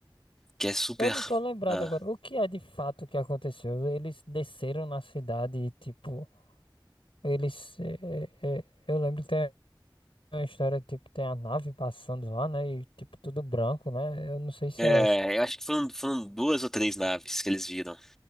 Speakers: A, in the centre; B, on the left (about 85°).
A: que é super...
B: Eu não tô lembrado
A: ah,
B: agora. O que é de fato que aconteceu? Eles desceram na cidade e, tipo, eles. eh, eh, eh, eu lembro que tem uma história, tipo, tem a nave passando lá, né? E, tipo, tudo branco, né? Eu não sei se
A: é,
B: é essa.
A: eu acho que foram, foram duas ou três naves que eles viram.